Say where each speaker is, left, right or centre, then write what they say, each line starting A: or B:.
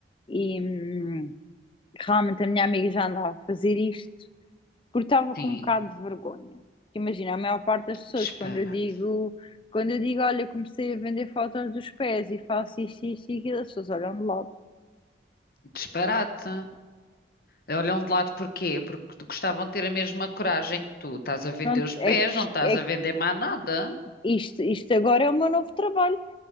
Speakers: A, on the left (about 30°); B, on the left (about 55°).
A: e hum, realmente a minha amiga já andava a fazer isto porque estava
B: Sim,
A: com um bocado de vergonha. Imagina, a maior parte das pessoas,
B: disparate.
A: quando eu digo, quando eu digo, olha, comecei a vender fotos dos pés e faço isto, isto e aquilo, as pessoas olham de lado.
B: Disparate. Olham de lado porquê? Porque gostavam de ter a mesma coragem que tu. Estás a vender
A: Pronto,
B: os pés,
A: é que,
B: não
A: isto-
B: estás
A: é
B: a vender mais nada.
A: isto, isto agora é o meu novo trabalho.